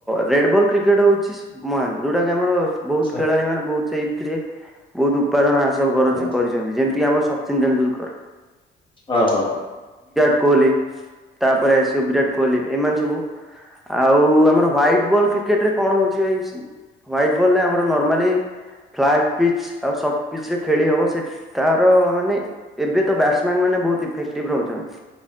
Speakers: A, in the centre; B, on the left.
A: ରେଡ ବଲ୍ କ୍ରିକେଟ ହଉଛି ମହାନ ଯୋଉଟା କି ଆମର ବହୁତ
B: ହଁ
A: ଖେଳାଳି ମାନେ ବହୁତ ସେଇ ରେ ବହୁତ ଉପାର୍ଜନ ଆସ ହାସଲ
B: ହଁ
A: କରିଛନ୍ତି ଯେମିତି ଆମର ସଚିନ ତେଣ୍ଡୁଲକର
B: ହଁ ହୋ ହ
A: କୁହଲି। ତାପରେ ଆସିବ ବିରାଟ କୋହଲି ଏମାନ ଆଉ ଆମର ହାଇଟ ବଲ୍ କ୍ରେଟରେ କଣ ହଉଛି ହଟ ବଲ ଆ ନମା ଫଟ ପିଚ ଆଉ ସ୍ଟ ପିଚ ରେ ଖେଳି ହବ ତାର ମାନେ ଏବେ ତ ମାନେ ବହୁତ ଇଫେକ୍ଭ ରହୁଛନ୍ତି।